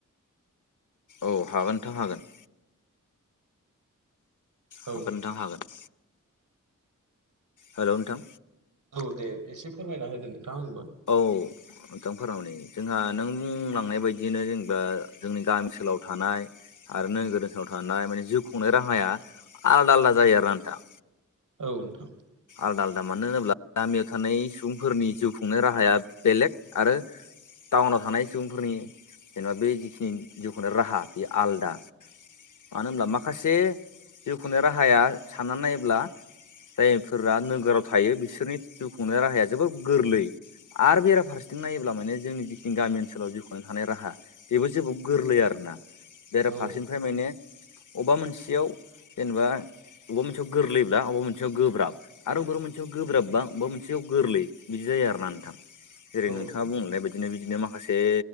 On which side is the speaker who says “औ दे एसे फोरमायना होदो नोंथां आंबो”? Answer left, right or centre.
Right